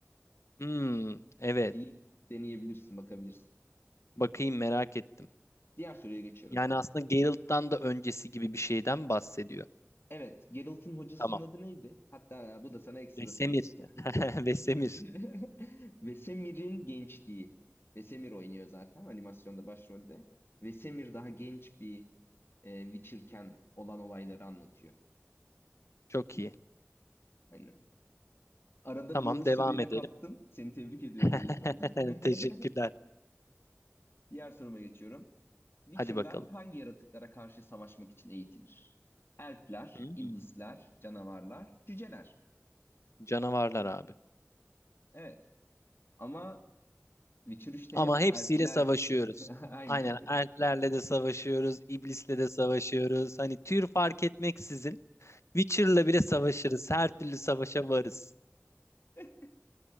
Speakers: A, on the left; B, on the left.
A: Hmm, evet.
B: Bir deneyebilirsin bakabilirsin.
A: Bakayım merak ettim.
B: Diğer soruya geçiyorum.
A: Yani aslında Geralt'tan da öncesi gibi bir şeyden bahsediyor.
B: Evet Geralt'ın hocasının
A: Tamam.
B: adı neydi? Hatta bu da sana ekstra
A: Vesemir.
B: soru.
A: <laughs> Vesemir.
B: <laughs> Vesemir'in gençliği. Vesemir oynuyor zaten animasyonda başrolde. Vesemir daha genç bir e, Witcher'ken olan olayları anlatıyor.
A: Çok iyi.
B: Aynen. Arada
A: Tamam
B: bonus
A: devam
B: soruyu da
A: edelim.
B: kaptın. Seni tebrik ediyorum
A: <laughs>
B: o yüzden. <laughs>
A: Teşekkürler.
B: Diğer soruma geçiyorum. Witcher'lar
A: Hadi bakalım.
B: hangi yaratıklara karşı savaşmak için eğitilir? Elfler,
A: Hmm,
B: iblisler, canavarlar, cüceler.
A: canavarlar abi.
B: Evet. Ama Witcher 3'te
A: Ama
B: hep
A: hepsiyle
B: elfler.
A: savaşıyoruz.
B: <laughs> Aynen.
A: Aynen elflerle de savaşıyoruz, iblisle de savaşıyoruz. Hani tür fark etmeksizin Witcher'la bile savaşırız. Her türlü savaşa varız.
B: <laughs>